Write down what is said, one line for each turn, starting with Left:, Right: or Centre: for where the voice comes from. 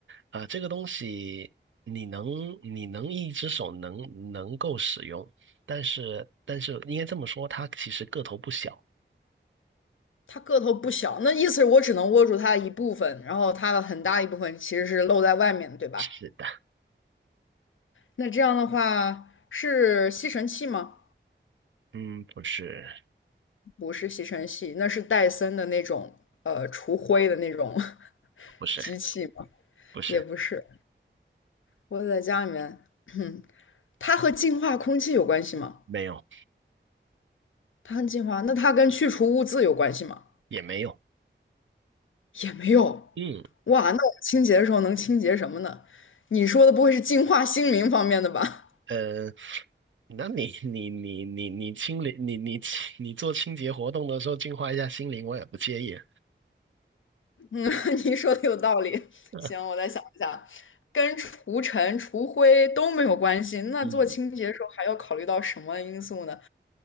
Right: 啊、这个东西你能你能一只手能能够使用，但是但是应该这么说，它其实个头不小。
Left: 它个头不小，那意思是我只能握住它的一部分，然后它的很大一部分其实是露在外面的，对吧？
Right: 是的，
Left: 那这样的话是吸尘器吗？
Right: 嗯，不是
Left: 不是吸尘器，那是戴森的那种呃除灰的那种 <laughs>
Right: 不是
Left: 机器吗？
Right: 不是，
Left: 也不是，我在家里面。<clears throat> 它和净化空气有关系吗？
Right: 没有
Left: 它和净化，那它跟去除污渍有关系吗？
Right: 也没有。
Left: 也没有。
Right: 嗯，
Left: 哇，那我们清洁的时候能清洁什么呢？你说的不会是净化心灵方面的吧？
Right: 呃。那你你你你你清理你你你做清洁活动的时候净化一下心灵，我也不介意。
Left: 嗯，<laughs> 你说的有道理。
Right: <laughs>
Left: 行，我再想一下，跟除尘、除灰都没有关系，那做清洁的时候还要考虑到什么因素呢？
Right: 嗯，